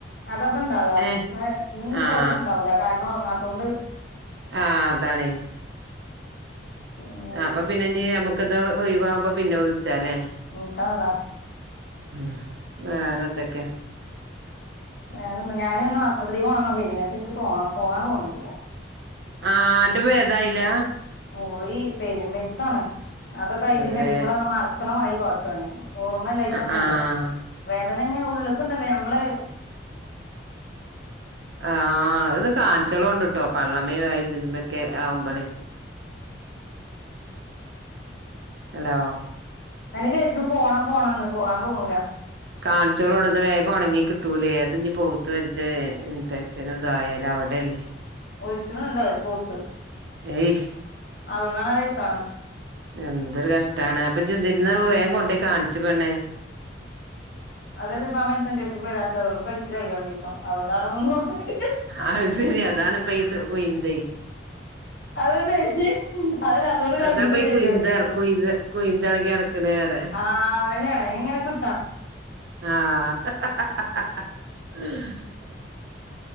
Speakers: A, on the left; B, on the right.
A: അതാപ്പ ഇണ്ടാവ
B: ഏ
A: ഏഹ് ഇന്ന് ഇനി
B: ആഹ്
A: പോക്ണ്ടാവൂല്ല കാര്ണം ഒർങ്ങാത്തോണ്ട്
B: ആഹ് അതാണെ
A: പിന്നെ
B: അപ്പ പിന്നെ ഇനി നമ്മക്കിത് ഒഴിവാവുമ്പോ പിന്നെ വിള്ച്ചാലേ
A: ഇന്സാ അല്ലാഹ്
B: ഉം വേറെന്തെക്കെ
A: വേറെന്ത ഞാന് ഇന്ന് ആശ്പത്രിക്കോണന്നൊക്കെര്തീനി പക്ഷെ എനിക്ക് പോവാ പോവാൻ തോന്ന്ല്ലാ
B: ആഹ് അന്റെ ഭേദായില
A: പോയി പെരുമ്പര്ത്താണ് അതൊക്കെ അയ്തിന്റെ
B: അതേ
A: എടി കൂടാണ്ട് മറ്ക്ക്ണ മാതിരി കാട്ടാണ് ഞാൻ ഓർമ്മല്ലായിട്ടൊന്നല്ല
B: ആഹ് ആഹ്
A: വേദന ഇങ്ങനെ ഉള്ള്ക്ക്ണ്ടല്ലോ ഞമ്മള്
B: ആഹ് അത് കാൺച്ചളോണ്ടുട്ടോ പള്ളമെ വായ് മിത് മെക്കെ ആവ്മ്പളെ ഹലോ
A: ഇങ്ങനെ കെര്തും പോണം പോണംന്ന് പോകാ തോന്നൂല
B: കാൺച്ചോളുണ്ടുത് വേഗം ഒണങ്ങി കിട്ടൂലേ അത് ഇഞ്ഞ് പൗത്ത് വല്ച്ച് ഇൻഫെക്ഷൻ ഒക്കെ ആയാലവ്ടെല്ലേ
A: ഒഴിച്ണ്ണ്ടേ പൗത്ത്
B: ഏയ്‌ഷ്
A: അതോണ്ടാണെ വര്ത്താവ്ണേ
B: എന്തൊരു കഷ്ടാണ് അപ്പ ജ്ജെ ന്തി ര്ന്നാ വേം കൊണ്ടോയി കാണ്ച്ച് പെണ്ണെ
A: അതെല്ലേ പ്പ ആ മെൻസൻ ന്റെര്ത്ത്ക്ക് വരാത്തെ അതോണ്ട് കയ്ച്ചിലായി രണ്ടീസം. അതോണ്ടാണെന്ന് <unintelligible>
B: അഹ് സെരി അതാണ്പ്പയിത് കുയിന്തെ
A: അതല്ലേ അതല്ല അതുകൊണ്ട് രണ്ടീസം
B: അതാപ്പ ഈ
A: വരും
B: കുയ്‌ന്ത്‌ കുയ്‌ന്ത്‌ കുയ്‌ന്തളകി നട ക്ക്ണെറേ
A: ആ അതന്നെയാണ് ഇങ്ങനെ കിട്ടണം
B: ആഹ്